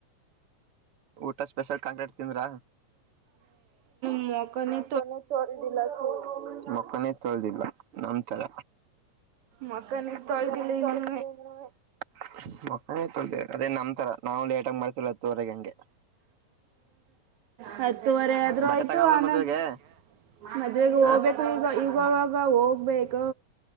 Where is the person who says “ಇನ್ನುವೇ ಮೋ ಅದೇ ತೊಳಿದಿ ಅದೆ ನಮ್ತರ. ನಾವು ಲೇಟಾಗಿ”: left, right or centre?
Right